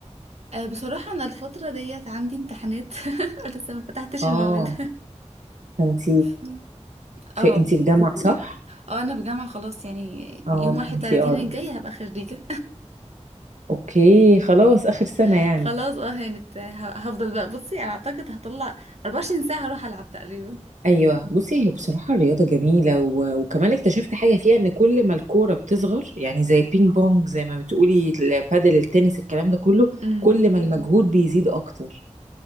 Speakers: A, on the right (about 60°); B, on the right (about 80°).
A: آه، بصراحة أنا الفترة ديت عندي امتحانات <laughs> لسه ما فتحتش
B: اه
A: المواد
B: فانت
A: <laughs>
B: في
A: اه
B: انت في جامعة صح؟
A: اه أنا في جامعة خلاص يعني
B: اه
A: يوم واحد
B: فانت
A: تلاتين
B: اه
A: الجاي هبقى خريجة
B: اوكي خلاص اخر سنة
A: <laughs>
B: يعني
A: خلاص اه هانت ه- هفضل بقى بصي أنا أعتقد هطلع 24 ساعة هروح ألعب تقريبا
B: ايوه بصي هي بصراحة الرياضة جميلة و... وكمان اكتشفت حاجة فيها ان كل ما الكورة بتصغر يعني زي البينج بونج زي ما بتقولي البادل التنس الكلام ده كله
A: امم
B: كل ما المجهود بيزيد اكتر